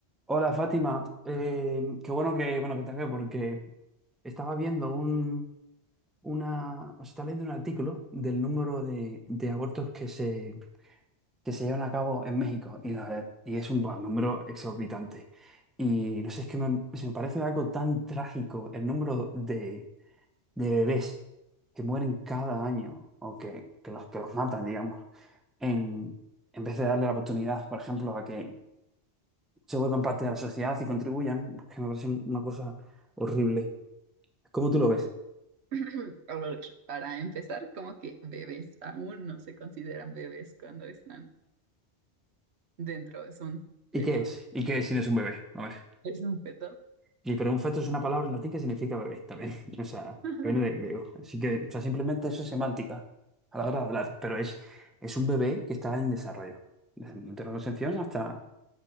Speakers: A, in the centre; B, on the right.
A: Hola Fátima, Eh, qué bueno que, bueno que te veo porque estaba viendo un, una, o sea, estaba leyendo un artículo del número de, de abortos que se, que se llevan a cabo en México y, la- y es un bueno, número exorbitante. Y no sé, es que me, se me parece algo tan trágico el número de, de bebés que mueren cada año o que, que los, que los matan, digamos, en, en vez de darle la oportunidad, por ejemplo, a que se vuelvan parte de la sociedad y contribuyan, pues, que me parece un- una cosa horrible. ¿Cómo tú lo ves?
B: <laughs> <clears throat> A ver, Para empezar, como que bebés aún no se consideran bebés cuando están dentro, son
A: ¿Y
B: fetos.
A: qué es? ¿Y qué es si no es un bebé? A ver.
B: ¿Es un feto?
A: Y pero un feto es una palabra en latín que significa bebé también. <laughs> O sea,
B: <laughs>
A: que viene de griego. Así que, o sea, simplemente eso es semántica a la hora de hablar. Pero es, es un bebé que está en desarrollo. Desde el momento de la concepción hasta...